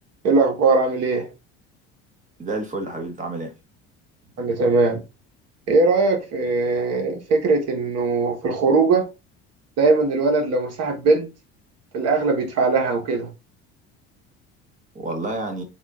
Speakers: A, on the right; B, on the right.
A: ايه الاخبار عامل ايه
B: زي الفل يا حبيبي انت عامل ايه
A: انا تمام ايه رايك في فكره انه في الخروجه دايما الولد لو مصاحب بنت في الاغلب يدفع لها وكده
B: والله يعني